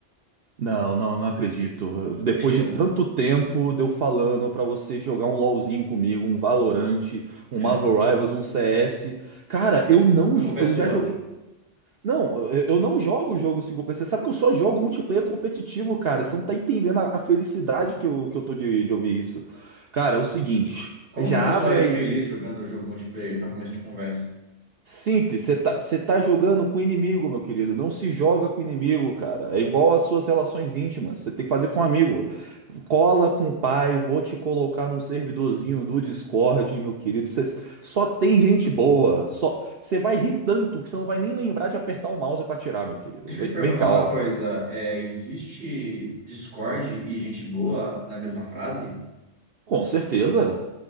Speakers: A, on the right; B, on the right.
A: não, não, não acredito. Depois
B: Tem eu.
A: de tanto tempo de eu falando pra você jogar um LoLzinho comigo, um valorante,
B: É,
A: um Marvel Rivals, um CS. Cara,
B: é.
A: eu não,
B: A
A: jo-
B: culpa
A: eu
B: é sua.
A: já joguei. Não, eu eu não jogo jogo single player. Você sabe que eu só jogo multiplayer competitivo, cara. Você não tá entendendo a a felicidade que eu, que eu tô de, de ouvir isso. Cara, é o seguinte.
B: Como
A: Já
B: que uma pessoa
A: abre
B: é
A: aí.
B: feliz jogando o jogo multiplayer para começo de conversa?
A: Simples, você tá, você tá jogando com o inimigo, meu querido. Não se joga com o inimigo, cara. É igual às suas relações íntimas. Você tem que fazer com um amigo. Cola com o pai, vou te colocar num servidorzinho do Discord, meu querido. Você só tem gente boa. Só você vai rir tanto que você não vai nem lembrar de apertar o mouse pra tirar, meu querido.
B: Deixa
A: Vem,
B: eu te perguntar
A: vem cá,
B: uma
A: ó.
B: coisa. É, existe Discord e gente boa na mesma frase?
A: Com certeza.